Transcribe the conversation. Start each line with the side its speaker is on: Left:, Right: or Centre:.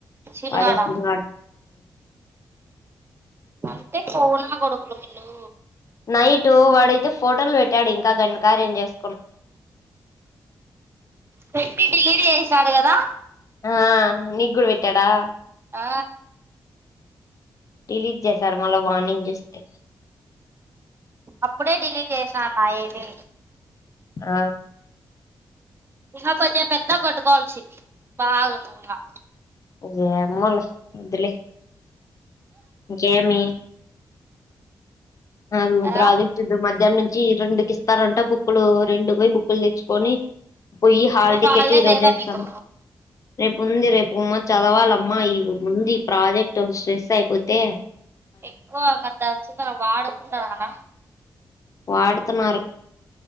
Right: చినుగాడ
Left: ఆడేసి హ
Right: అంతే కూలి నా కోడుకులు వీళ్ళు
Left: నైట్ వాడైతే ఫోటోలు పెట్టాడు ఇంకా గణకార్యం చేస్
Right: పెట్టి డిలీట్ చేస్ సాడు కదా
Left: ఆ నీ గుడా పెట్టాడా
Right: ఆ
Left: డిలీట్ చేసారు మళ్ళ వార్నింగ్ చూస్తే
Right: అప్పుడే ఢిలీట్ చేసాను మా ఏది
Left: ఆ
Right: ఇంకా కొంచెం పెద్ద కొట్టుకోవస్సింది. బాగుంది ఇంగా
Left: ఇగా ఏమోలే వద్దులే ఇంకేమి కాదు ఓ
Right: ఆ
Left: ప్రాజెక్ట్ ఉంటే మధ్యాహ్నం చి రెండు కి ఇస్తారంట బుక్లు రెండు పోయి బుక్కులు తెచ్చు కోని పోయి హల్టికెట్
Right: రేపు హాలిడే
Left: ఈ రోజు
Right: లేదా
Left: దేస్తాం.
Right: మీకు
Left: రేపు ఉంది. రేపు ఆమ్మా చదవాలమ్మా ఈ ముందు ఈ ప్రాజెక్ట్ ఒక ట్రెస్ అయిపో పోతే
Right: ఎక్కువ <unintelligible> వాడ <unintelligible>
Left: వాడుతున్నారు